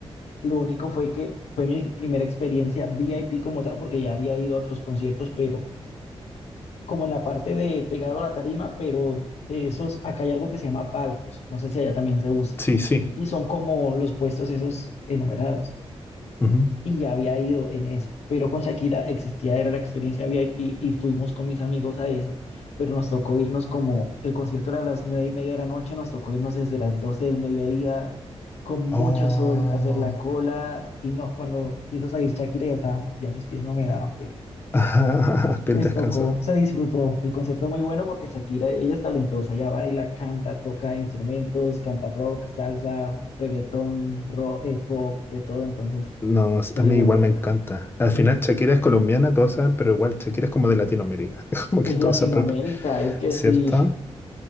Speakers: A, on the left; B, on the left.
A: Lo único fue que fue mi primera experiencia VIP como tal, porque ya había ido a otros conciertos, pero como en la parte de pegado a la tarima, pero de esos, acá hay algo que se llama palcos, no sé si allá también se use,
B: Sí, sí.
A: y son como los puestos esos enumerados
B: Ujú.
A: y ya había ido en eso, pero con Shakira existía, era la experiencia VIP y fuimos con mis amigos a eso, pero nos tocó irnos como, el concierto era a las nueve y media de la noche, nos tocó irnos desde las 12 del mediodía con mucho
B: Oh.
A: sol, a hacer la cola
B: <laughs>
A: y no, cuando quiso salir Shakira ya estábamos, ya mis pies no me daban, pero
B: Ajá, el
A: pues
B: descanso.
A: tocó, se disfrutó, el concierto muy bueno porque Shakira, ella es talentosa, ella baila, canta, toca instrumentos, canta rock, salsa, reggaetón, rock, pop, de todo, entonces
B: No, a
A: vale
B: mí
A: la
B: igual
A: pena.
B: me encanta. Al
A: <laughs>
B: final Shakira es colombiana, todos saben, pero igual Shakira es como de Latinoamérica. <laughs> Es como que
A: Es
B: todo
A: Latinoamérica,
B: se apropia,
A: es que
B: ¿cierto?
A: sí,